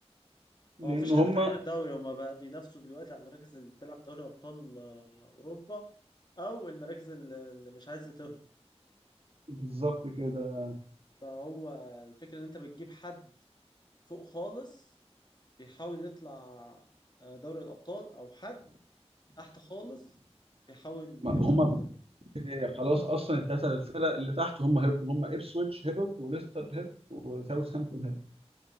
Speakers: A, on the right; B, on the left.
A: لان
B: هو مفيش
A: هم
B: حد فريق الدوري هما بقى بينافسوا دلوقتي على المراكز اللي بتلعب دوري ابطال آه، اوروبا او المراكز اللي اللي مش عايزه تهبط
A: بالظبط كده
B: فهو الفكرة ان انت بتجيب حد فوق خالص بيحاول يطلع آه، دوري الأبطال أو حد تحت خالص بيحاول
A: ما
B: يفضل
A: هم
B: في الدوري
A: خلاص اصلا الثلاثه الفرق اللي تحت هم هبطوا هم ابسويتش هبط وليستر هبط وساوثهامبتون هبط